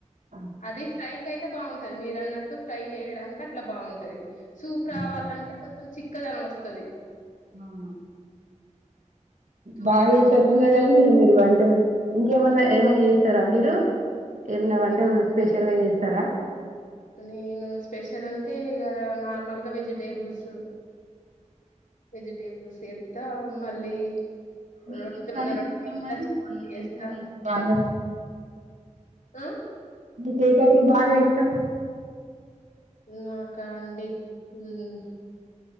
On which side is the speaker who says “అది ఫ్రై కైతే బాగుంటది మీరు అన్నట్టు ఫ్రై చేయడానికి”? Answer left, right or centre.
Left